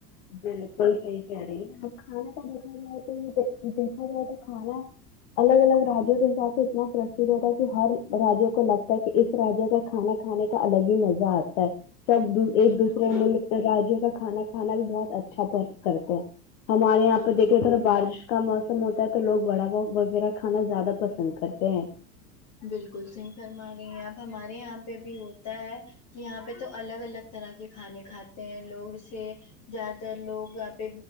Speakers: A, on the left; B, on the left.
A: بالکل صحیح کہہ رہی ہے آپ کھانا کا دیکھا جائے تو دیکھا جائے تو کھانا الگ الگ رجوں کے حساب سے اتنا پرسھ ہوتا کہ ہر راجوں کو لگتا ہے کہ اس رجا کا کھانا کھانے کا الگ ہی مزہ آتا ہے سب ایک
B: بالکل
A: دوسرے ملک رجوں کا کھانا کھانا بھی بہت اچھا <unintelligible> کرتے ہیں ہمارے یہاں
B: بالکل
A: پہ دیکھ رہے تھا بارش کا موسم ہوتا ہے تو لوگ وڑا پاؤ وغیرہ کھانا زیادہ پسند کرتے ہیں
B: بالکل صحیح فرما رہی ہیں اپ ہمارے یہاں پہ بھی ہوتا ہے کہ یہاں پہ تو الگ الگ طرح کے کھانے کھاتے ہیں لوگ اسے جیادہ تر لوگ یہاں پہ